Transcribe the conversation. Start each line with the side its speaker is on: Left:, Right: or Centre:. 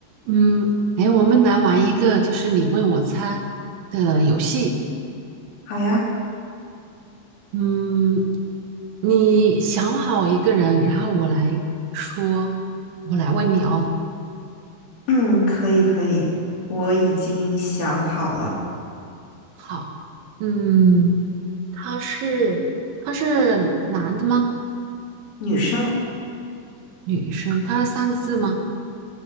Right: 嗯，哎，我们来玩一个就是你问我猜的游戏。
Left: 好呀，
Right: 嗯，你想好一个人，然后我来说，我来问你哦。
Left: 嗯，可以可以，我已经想好了，
Right: 好，嗯，他是他是男的吗？
Left: 女生，
Right: 女生，他是三个字吗？